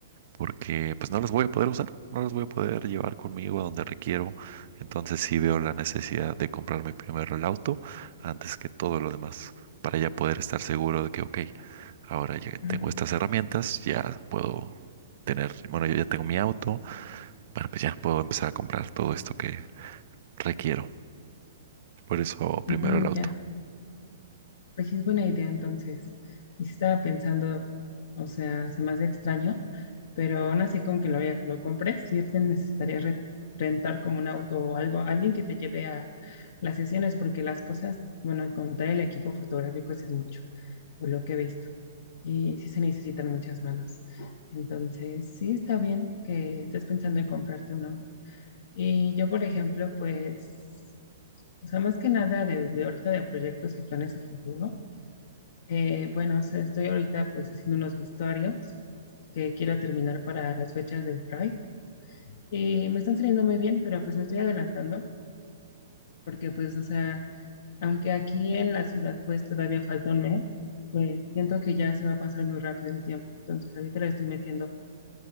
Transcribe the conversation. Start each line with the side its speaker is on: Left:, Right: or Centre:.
Right: porque pues no las voy a poder usar, no las voy a poder llevar conmigo a donde requiero. Entonces sí veo la necesidad de comprarme primero el auto antes que todo lo demás, para ya poder estar seguro de que, ok, ahora ya
Left: ujú.
Right: tengo estas herramientas, ya puedo tener, bueno, yo ya tengo mi auto, bueno, pues ya puedo empezar a comprar todo esto que requiero. Por eso primero
Left: Mm,
Right: el auto.
Left: ya, pues sí es buena idea entonces. Y sí estaba pensando, o sea, se me hace extraño, pero aún así con que lo, haya- lo compres, sí te necesitaría re- rentar como un auto o algo, alguien que te lleve a las sesiones, porque las cosas, bueno, como tal el equipo fotográfico, sí es mucho, por lo que he visto. y sí se necesitan muchas manos. Entonces, sí está bien que estés pensando en comprarte un auto. Y yo, por ejemplo, pues, o sea, más que nada de, de ahorita de proyectos y planes a futuro. eh, bueno, o sea, estoy ahorita pues haciendo unos vestuarios que quiero terminar para las fechas del Pride. Y me están saliendo muy bien, pero pues me estoy adelantando porque pues, o sea, aunque aquí en la ciudad pues todavía falta un mes, pues siento que ya se va a pasar muy rápido el tiempo. Entonces, ahorita le estoy metiendo